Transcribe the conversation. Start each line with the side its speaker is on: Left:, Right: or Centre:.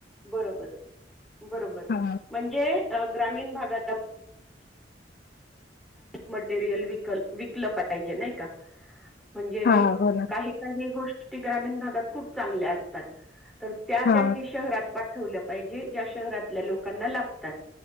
Centre: बरोबर बरोबर
Left: हा
Centre: म्हणजे ग्रामीण भाग मटेरियल विकलं पाहिजे नाही का? म्हणजे
Left: हा हो ना
Centre: काही काही गोष्टी ग्रामीण भागात खूप चांगल्या असतात. तर त्या
Left: हा
Centre: त्यांनी शहरात पाठवलं पाहिजेत शहरातल्या लोकांना लातात